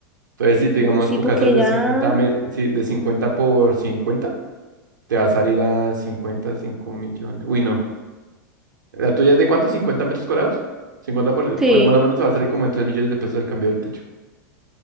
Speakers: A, on the right; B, in the centre.
A: Entonces, si digamos
B: no, sí,
A: tu
B: porque
A: casa es de
B: ya...
A: 50 me- sí, de 50 por 50, te va a salir a cincuenta cinco millones. Uy, no. ¿La tuya es de cuánto? Cincuenta metros cuadrados? Cincuenta por,
B: Sí.
A: pues más o menos te va a salir como en 3 millones de pesos el cambio del techo.